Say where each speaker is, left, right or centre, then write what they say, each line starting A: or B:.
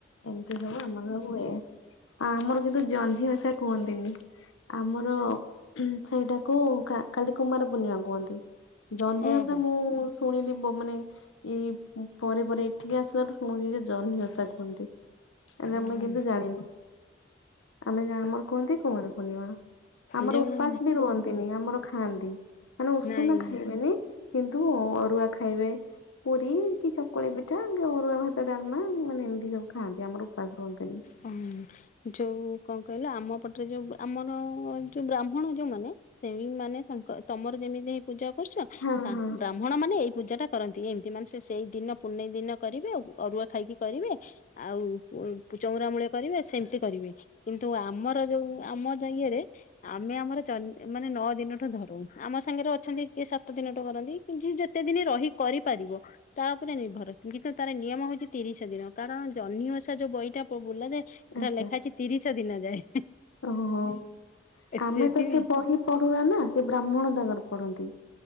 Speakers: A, on the left; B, on the left.
A: ଏମିତି ସବୁ ଆମର ହୁଏ। ଆମର କିନ୍ତୁ ଜହ୍ନି ଓଷା କୁହନ୍ତିନି, ଆମର ସେଇଟାକୁ ଖା ଖାଲି କୁମାର ପୂର୍ଣ୍ଣିମା କୁହନ୍ତି, ଜହ୍ନିଓଷା
B: ଓହୋ
A: ମୁଁ ଶୁଣିଲି, ମୁଁ ମାନେ ଏଇ ପରେ ପରେ, ଏଠିକି ଆସିଲାରୁ ଶୁଣିଲି ଯେ, ଜହ୍ନି ଓଷା କୁହନ୍ତି। ଆ
B: ହଁ
A: ଆମେ କିନ୍ତୁ ଜାଣିନୁ, ଆମେ ଆମର କୁହନ୍ତି କୁମାର ପୂର୍ଣ୍ଣିମା। ଆମର
B: ଯେଉଁ
A: ଉପାସ ବି ରୁହନ୍ତିନି, ଆମର ଖାଆନ୍ତି, ମାନେ ଉଷୁନା
B: ନାଇଁ
A: ଖାଇବେ ନି କିନ୍ତୁ ଅରୁଆ ଖାଇବେ। ପୁରୀ କି ଚକୁଳି ପିଠା, କି ଅରୁଆ ଭାତ ଡାଲମା, ମାନେ ଏମିତି ସବୁ ଖାଆନ୍ତି, ଆମର ଉପାସ ରୁହନ୍ତିନି।
B: ହୁଁ, ଯୋଉ କଣ କହିଲ, ଆମ ପଟରେ ଯୋଉ ଆମର ଯୋଉ ବ୍ରାହ୍ମଣ ଯୋଉମାନେ ସେଇ ମାନେ ତାଙ୍କ ତମର ଯେମିତି ହେଇ ପୂଜା କରୁଚ,
A: ହଁ
B: ତାଙ୍କ୍
A: ହଁ
B: ବ୍ରା ବ୍ରାହ୍ମଣ ମାନେ ଏଇ ପୂଜା ଟା କରନ୍ତି ଏମିତି, ମାନେ ସେ ସେଇ ଦିନ ପୂନେଇଁ ଦିନ କରିବେ, ଅରୁଆ ଖାଇକି କରିବେ ଆଉ ଏମିତି। ଚଉରା ମୂଳେ କରିବେ ସେମିତି କରିବେ କିନ୍ତୁ ଆମର ଯୋଉ ଆମ ଜାଇଏରେ ଆମେ ଆମର ଜହ୍ନି୍ ମାନେ ନଅ ଦିନଠୁ ଧରୁ, ଆମ ସାଙ୍ଗରେ ଅଛନ୍ତି କିଏ ସାତ ଦିନଠୁ କରନ୍ତି। ଯିଏ ଯେତେ ଦିନି ରହି କରିପାରିବ? ତା ଉପରେ ନିର୍ଭର ଅ କିନ୍ତୁ ତାର ନିୟମ ହଉଛି ତିରିଶ ଦିନ, କାରଣ ଜହ୍ନି ଓଷା ଯୋଉ ବହିଟା ବୋଲା ଯାଏ ସେଟା
A: ଆଚ୍ଛା
B: ଲେଖା ଅଛି ତିରିଶ ଦିନ ଯାଏ,
A: ଓହୋ। ଆମେ
B: ସେଠି
A: ତ ସେ ବହି ପଢୁନା ନା, ସେ ବ୍ରାହ୍ମଣ ତାଙ୍କର ପଢନ୍ତି।